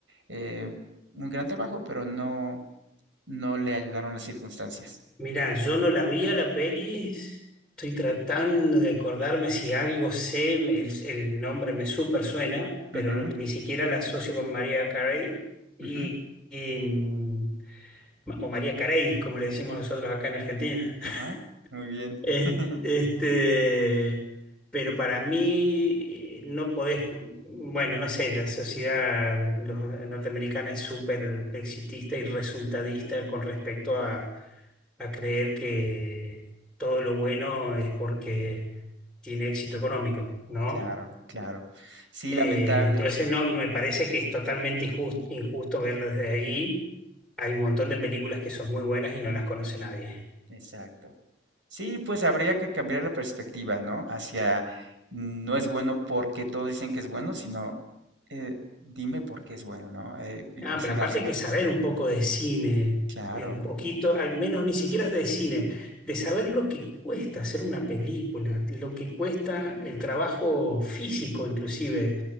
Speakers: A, on the right; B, in the centre.
A: eh, un gran trabajo, pero no, no le ayudaron las circunstancias.
B: Mirá, yo no la vi a la peli, estoy tratando de acordarme si algo sé, el, el nombre me súper suena, pero
A: Ujú,
B: no- ni siquiera la asocio con María Carey. Y,
A: ujú,
B: y, mm, Ma- o María Carey, como le decimos
A: ujú.
B: nosotros acá en Argentina. <laughs>
A: Ajá, muy bien.
B: Es-
A: <laughs>
B: Este, pero para mí eh, no podés, bueno, no sé, la sociedad los- norteamericana es súper exitista y resultadista con respecto a, a creer que todo lo bueno es porque tiene éxito económico, ¿no?
A: Claro, claro. Sí,
B: Eh,
A: lamentable.
B: entonces no, me parece que es totalmente injus- injusto verlo desde ahí. Hay un montón de películas que son muy buenas y no las conoce nadie.
A: Exacto. Sí, pues habría que cambiar la perspectiva, ¿no? Hacia no es bueno porque todos dicen que es bueno, sino eh, dime por qué es bueno, ¿no? Eh, y
B: Ah,
A: cuestionarse
B: pero aparte hay
A: más.
B: que saber un poco de cine,
A: Claro,
B: eh, un poquito, al menos ni siquiera de cine, de saber lo que cuesta hacer una película, lo que cuesta el trabajo físico inclusive,